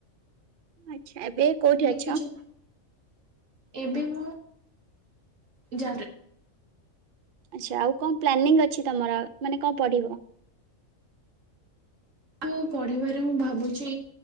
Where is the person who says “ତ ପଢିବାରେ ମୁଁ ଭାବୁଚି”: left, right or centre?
Right